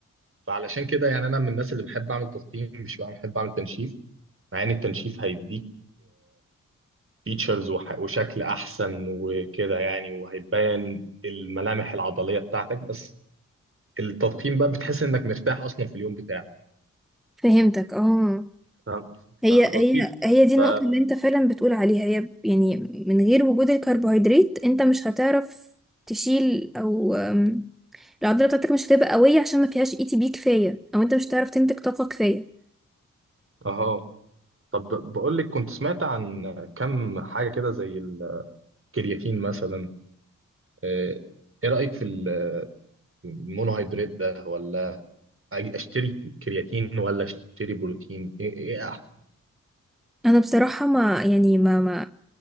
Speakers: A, on the right; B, in the centre.
A: فعلشان كده يعني انا من الناس اللي بحب اعمل تضخيم مش بقى بحب اعمل تنشيف مع ان التنشيف هيديك فيتشرز وشكل احسن وكده يعني وهيبين الملامح العضلية بتاعتك بس التضخيم بقى بتحس انك مرتاح اصلا في اليوم بتاعك
B: فهمتك اه
A: فاهم
B: هي
A: فاهم قصدي؟
B: هي هي دي النقطة
A: ف
B: اللي انت فعلا بتقول عليها هي يعني من غير وجود الكربوهيدرات انت مش هتعرف تشيل او أم، العضلة بتاعتك مش هتبقى قوية عشان ما فيهاش اي تي بي كفاية او انت مش هتعرف تنتج طاقة كفاية
A: اهو طب بقول لك كنت سمعت عن كم حاجة كده زي الكرياتين مثلا آه، ايه رأيك في ال- المونوهيدرات ده ولا أجي اشتري كرياتين ولا اشتري بروتين ايه ايه احسن
B: انا بصراحة ما يعني ما ما